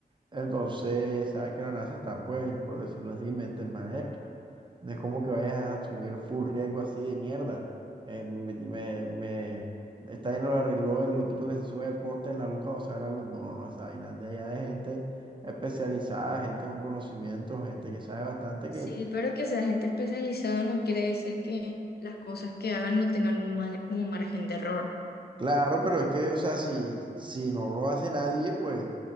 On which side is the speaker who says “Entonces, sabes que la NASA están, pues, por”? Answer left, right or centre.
Right